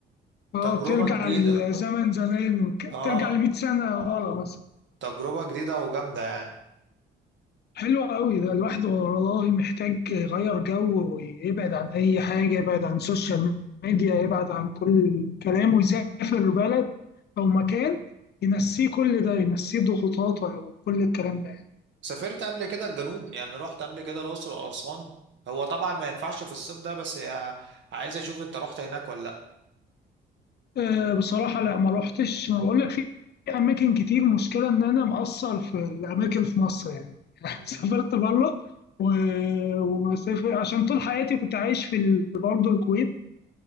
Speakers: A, on the left; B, on the right.
A: اه
B: تجربة
A: بترجع
B: جديدة
A: للزمن زمان وك- بترجع
B: اه
A: ل 100 سنه ورا مثلا
B: تجربة جديدة وجامدة يعني
A: حلو قوي ده الواحد والله محتاج يغير جو ويبعد عن أي حاجة يبعد عن السوشيال ميديا يبعد عن كل الكلام ويسافر بلد أو مكان ينسيه كل ده ينسيه ضغوطاته وكل الكلام ده يعني.
B: سافرت قبل كده الجنوب يعني رحت قبل كده الأقصر وأسوان هو طبعا ما ينفعش في الصيف ده بس يا عايز أشوف أنت رحت هناك ولا لأ
A: أه بصراحة لا ما روحتش ما بقول لك في أماكن كتير مشكلة إن أنا مقصر في الأماكن في مصر يعني <laughs>
B: مم.
A: سافرت بره و- ومسافر عشان طول حياتي كنت عايش في ال- برضه الكويت